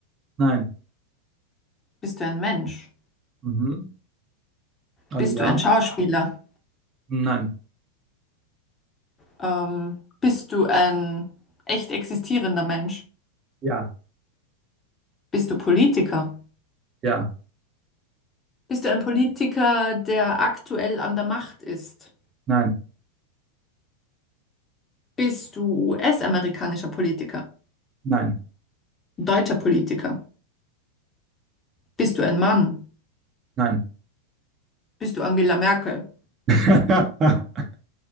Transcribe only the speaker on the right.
Nein.
Mhm. Also
ja.
Nein.
Ja.
Ja.
Nein.
Nein.
Nein.
<laughs>